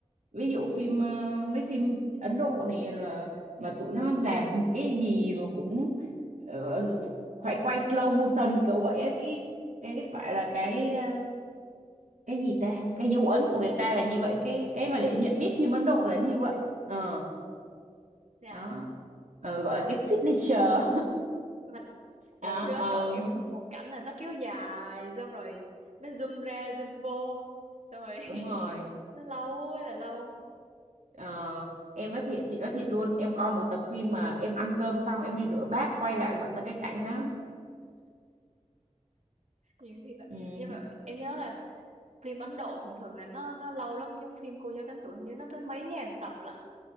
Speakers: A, on the right (about 80°); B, on the right (about 65°).
A: ví dụ phim ờ, mấy phim Ấn Độ này rồi mà tụi nó làm cái gì mà cũng ờ, phải quay slow motion kiểu vậy á cái cái phải là cái ờ, cái gì ta cái dấu ấn của người ta là như vậy cái cái mà để nhận biết phim Ấn Độ là như vậy ờ
B: dạ
A: đó Ờ, gọi là cái signature
B: mình trời
A: <laughs> đó
B: phim Ấn
A: ờ,
B: Độ kiểu một cảnh là nó kéo dài xong rồi nó zoom ra zoom vô xong rồi
A: đúng
B: <laughs>
A: rồi
B: nó lâu ơi là lâu
A: Ờ, em nói thiệt chị nói thiệt luôn em coi một tập phim mà em ăn cơm xong em đi rửa bát quay lại vẫn là cái cảnh đó
B: nhiều khi là-
A: ừ,
B: nhưng mà em nhớ là phim Ấn Độ thường thường là nó nó lâu lắm giống phim Cô dâu tám tuổi hình như nó tới mấy ngàn tập lận